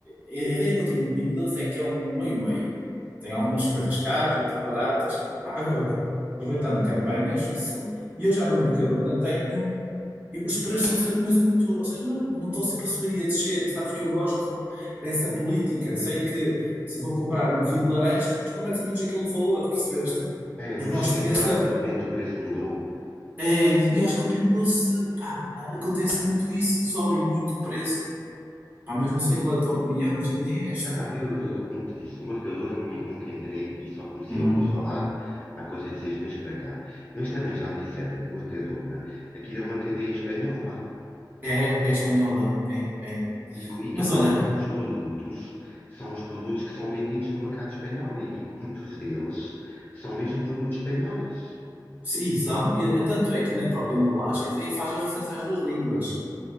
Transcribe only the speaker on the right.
a ideia que eu tenho de Bingo Doce é que é um meio-meio. Tem algumas coisas caras, outras baratas. Ah, Agora, aproveitando campanhas, isso. E eu já no Mercadona tenho. eu- os preços são sempre muito, muito. Ou seja, não, não estão sempre a subir e a descer. E sabes que eu gosto dessa política. Sei que se vou comprar um quilo de laranjas, custa mais ou menos aquele valor, percebeste?
Eu gosto
dessa.
É, e eu acho que o Pingo Doce, pá, acontece muito isso, sobe muito o preço. Pá, mas não sei qual é a tua opinião, mas a minha é esta.
Hum.
É, é espanhol, é, é, é.
Mas
olha,
se- e são, e é- tanto é que na própria embalagem até aí faz a referência às duas línguas.